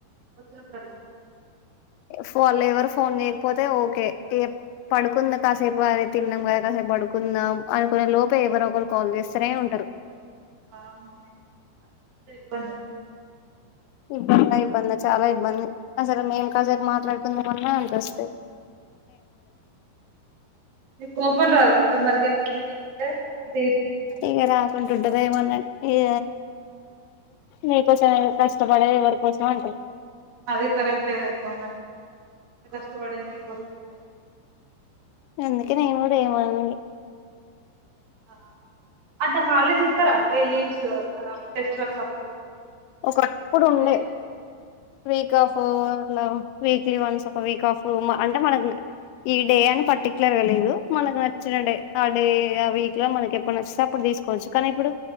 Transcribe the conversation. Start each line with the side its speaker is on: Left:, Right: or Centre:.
Right: వచ్చినప్పుడల్లా
Left: ఫోన్ ఎవరు ఫోన్ చేయకపోతే ఓకే పడుకుందాం కాసేపు అది తిన్నాం కదా కాసేపు పడుకుందాం అనుకునే లోప ఎవరు ఒకరు కాల్ చేస్తారే ఉంటారు
Right: ఆ మనే అప్పనే
Left: ఇబ్బందా ఇబ్బందా చాలా ఇంది ఇబ్బంది అసరే మేం కాసరి మాట్లాడుకుందామన్నా అనింత వస్తాయి
Right: నీ కోపం రాదా అక్క మరిగాంత బిజ అ
Left: ఈగ రాకుంంట ఉడ్దా ఏ మన్నా ఇ మీకోసం కష్టపడ ఎవరి కోసం అంటుంది
Right: అది కరెక్టే కక్క మరి అ కష్టపడేది మీకు వసం కదా
Left: ఎందుకే నేను కూడా ఏమన్ది
Right: హా అట హాల్డేస్ ఇస్తారా ఫైవ్ లీవ్స్ ఆ ఫెస్టివల్స్ అప్పుడు
Left: ఒకప్పుడు
Right: లేకపోతే
Left: ఉండే week off hello weekly once ఒక వీక్ ఆఫు అంటే మనకు ఈ డే అని పర్టికులర్ గా లేదు. మనకు నచ్చిన డే ఆ డే ఆ వీక్ లో మనకి ఎప్పుడు నచ్చితే అప్పుడు తీసుకోవచ్చు. కానీ, ఇప్పుడు